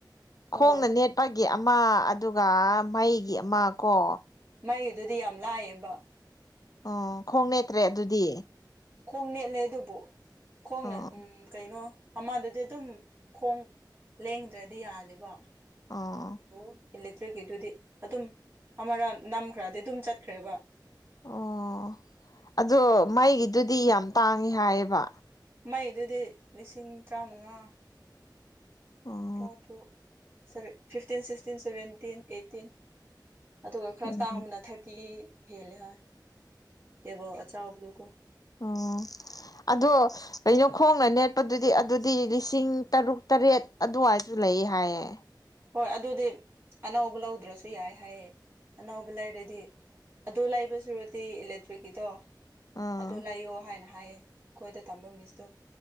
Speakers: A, on the right (about 30°); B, on the left (about 50°).
A: ꯍꯣꯏ
B: ꯈꯣꯡꯅ ꯅꯦꯠ ꯄꯒꯤ ꯑꯃ ꯑꯗꯨꯒ ꯃꯩꯒꯤ ꯑꯃ ꯀꯣ꯫
A: ꯃꯩꯒꯤꯗꯨꯗꯤ ꯌꯥꯝ ꯂꯥꯏꯌꯦꯕ꯫
B: ꯑꯣ ꯈꯣꯡ ꯅꯦꯠꯇ꯭ꯔꯦ ꯑꯗꯨꯗꯤ꯫
A: ꯈꯣꯡ ꯅꯦꯠꯂꯦ ꯑꯗꯨꯕꯨ ꯈꯣꯡꯅ
B: ꯑꯣ
A: ꯎꯝ ꯀꯩꯅꯣ ꯑꯃꯗꯨꯗꯤ ꯑꯗꯨꯝ ꯈꯣꯡ ꯂꯦꯡꯗ꯭ꯔꯗꯤ ꯌꯥꯗꯦꯕ꯫
B: ꯑꫭ
A: ꯑꯗꯨꯕꯨ ꯏꯂꯦꯛꯇ꯭ꯔꯤꯛꯀꯤꯗꯨꯗꯤ ꯑꯗꯨꯝ ꯑꯃꯔꯛ ꯅꯝꯈ꯭ꯔꯗꯤ ꯑꯗꯨꯝ ꯆꯠꯈ꯭ꯔꯦꯕ꯫
B: ꯑꯣ ꯑꯗꯣ ꯃꯩꯒꯤꯗꯨꯗꯤ ꯌꯥꯝ ꯇꯥꯡꯉꯦ ꯍꯥꯏꯌꯦꯕ꯫
A: ꯃꯩꯒꯤꯗꯨꯗꯤ ꯂꯤꯁꯤꯡ ꯇ꯭ꯔꯥꯃꯉꯥ
B: ꯑꯣ
A: ꯇ꯭ꯔꯥꯇꯔꯨꯛ ꯐꯤꯐꯇꯤꯟ ꯁꯤꯛꯁꯇꯤꯟ ꯁꯕꯦꯟꯇꯤꯟ ꯑꯦꯠꯇꯤꯟ ꯑꯗꯨꯒ ꯈꯔ
B: ꯎꯝ
A: ꯇꯥꯡꯕꯅ ꯊꯥꯔꯇꯤ ꯍꯦꯜꯂꯦ ꯍꯥꯏ ꯇꯦꯕꯜ ꯑꯆꯥꯎꯕꯗꯨꯀꯣ꯫
B: ꯥꫭꯑꫭ ꯑꯗꯣ ꯀꯩꯅꯣ ꯈꯣꯡꯅ ꯅꯦꯠꯄꯗꯨꯗꯤ ꯑꯗꯨꯗꯤ ꯂꯤꯁꯤꯡ ꯇꯔꯨꯛ ꯇꯔꯦꯠ ꯑꯗꯨꯋꯥꯏꯁꯨ ꯂꯩꯌꯦ ꯍꯥꯏꯌꯦ꯫
A: ꯍꯣꯏ ꯑꯗꯨꯗꯤ ꯑꯅꯧꯕ ꯂꯧꯗ꯭ꯔꯁꯨ ꯌꯥꯏ ꯍꯥꯏꯌꯦ ꯑꯅꯧꯕ ꯂꯩꯔꯗꯤ꯫ ꯑꯗꯨ ꯂꯩꯕ ꯁꯨꯔꯗꯤ ꯏꯂꯦꯛꯇ꯭ꯔꯤꯛꯀꯤꯗꯣ
B: ꯑꯥ
A: ꯑꯗꯨ ꯂꯩꯥꯌꯣ ꯍꯥꯏꯅ ꯍꯥꯏꯌꯦ ꯑꯈꯣꯏꯗ ꯇꯝꯕ ꯃꯤꯁꯇꯣ꯫